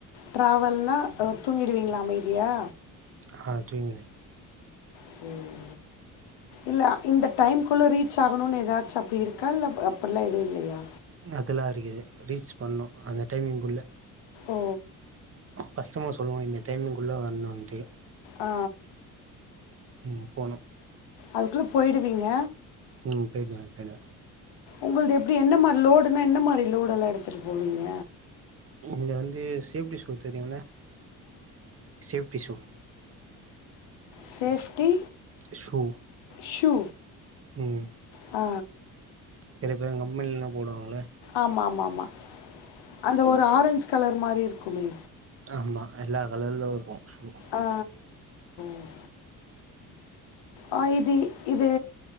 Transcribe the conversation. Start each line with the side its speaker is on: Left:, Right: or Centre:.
Left: ட்ராவல்னா அ தூங்கிடுவீங்களா அமைதியா
Right: ஹா தூங்கிடுவ
Left: சேரி இல்ல இந்த டைம்குள்ள ரீச் ஆகணுன் எதாச்சு அப்டி இருக்கா இல்ல அப்புட்லா எது இல்லயா
Right: அதல்லா இருகிது ரீச் பண்ணு அந்த டைமிங்குள்ள
Left: ஓ
Right: கஷ்டமர் சொல்லுவாங்க இந்த டைமிங்குள்ள வர்ணுன்ட்டு
Left: ஆ
Right: ம் போனு
Left: அதுக்குள்ள போயிடுவீங்க
Right: ம் போயிடுவ போயிடுவ
Left: உங்கள்து எப்டி என்ன மாரி லோடுன்னா என்ன மாரி லோடல்லா எடுத்துட்டு போவீங்க
Right: என்து வந்து சேப்ட்டி ஷூ தெரியும்ல safety shoe
Left: safety
Right: shoe
Left: shoe
Right: ம்
Left: ஆ
Right: நெறைய பேரு கம்பென்ல்லா போடுவாங்கல்ல
Left: ஆமா ஆமா ஆமா அந்த ஒரு ஆரஞ்ச் கலர் மாரி இருக்குமே
Right: ஆமா எல்லா கலர்லு இருக்கு ஷூ
Left: ஆ ஓ ஆ இது இது